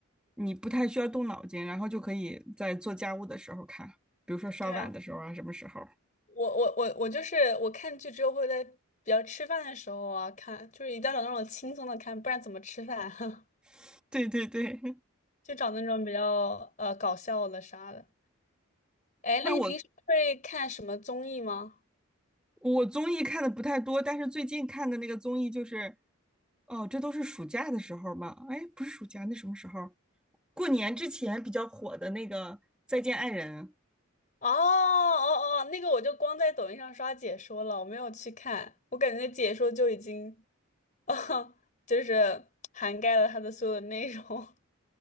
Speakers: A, in the centre; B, on the left.
A: 你不太需要动脑筋，然后就可以在做家务的时候看，比如说刷碗的时候啊，
B: 对啊，
A: 什么时候？
B: 我我我我就是我看剧之后会在比较吃饭的时候啊看，就是一定要找那种轻松的看，不然怎么吃饭啊？
A: <laughs> 对对对，
B: <laughs> 就找那种比较呃搞笑的啥的。哎，
A: <laughs> 那我
B: 那你平时会看什么综艺吗？
A: 我综艺看的不太多，但是最近看的那个综艺就是，哦，这都是暑假的时候吧？哎，不是暑假，那什么时候？过年之前比较火的那个《再见爱人》。
B: 哦哦哦，那个我就光在抖音上刷解说了，我没有去看，我感觉解说就已经，<laughs> 就是涵盖了它的所有的内容